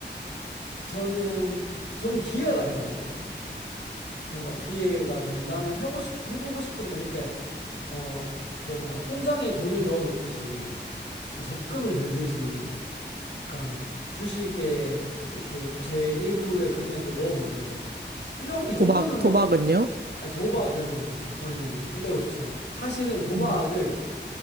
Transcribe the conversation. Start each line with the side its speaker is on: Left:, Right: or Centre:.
Left: 저는, 저는 기회가 된다면? 뭔가 기회가 된다면 하고 싶, 해보고 싶긴 해요. 그러니까, 어, 뭔가 통장에 돈을 넣어 놓듯이 적금을 들듯이 약간 주식에 이렇게 제 일부의 금액을 넣어 놓는 거죠. 이런 이
Right: 도박,
Left: 정도는
Right: 도박은요?
Left: 뭐 아니, 도박은 저는 손대고 싶지 않아요. 사실은 도박을
Right: 음.